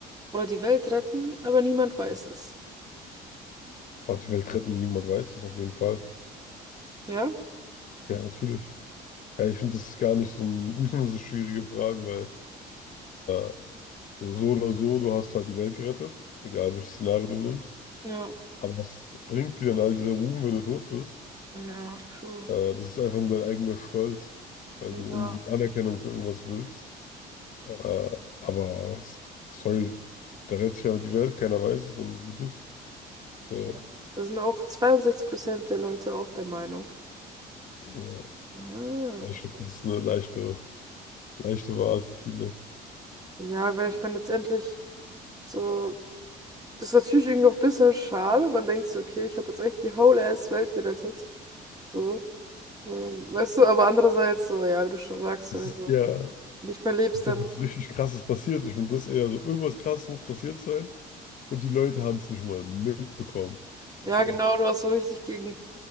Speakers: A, on the right (about 20°); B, on the left (about 50°).
A: Oder die Welt retten, aber niemand weiß es?
B: Aber die Welt retten, niemand weiß das auf jeden Fall.
A: Ja?
B: Ja, natürlich. Ja, ich finde, das ist gar nicht so, ein, <laughs> so eine schwierige Frage, weil äh, so, so oder so, du hast halt die Welt gerettet, egal welches Szenario du nimmst.
A: Ja.
B: Aber was bringt dir denn all dieser Ruhm, wenn du tot bist?
A: Ja, true.
B: Äh, das ist einfach nur dein eigener Stolz, weil
A: Ja.
B: du irgendwie Anerkennung für irgendwas willst. Äh, aber sorry, da rettet sich ja die Welt, keiner weiß es und gut ist. So,
A: Ja. Das sind auch 62% der Leute auch der Meinung.
B: ja.
A: Ah,
B: Ja,
A: okay.
B: Ich glaube, das ist eine leichte, leichte Wahl für viele.
A: Ja, weil ich meine, letztendlich so, das ist natürlich irgendwie auch ein bisschen schade. Man denkt so, okay, ich habe jetzt echt die whole ass Welt gerettet. So, ähm, weißt du, aber andererseits so, ja, wie du schon sagst, so,
B: <laughs>
A: wenn du
B: Ja.
A: nicht mehr lebst,
B: Ja,
A: dann,
B: was richtig krasses passiert. Ich finde das eher so, irgendwas krasses muss passiert sein und die Leute haben es nicht mal mitbekommen.
A: ja,
B: So.
A: genau,
B: <laughs>
A: du hast so richtig gegen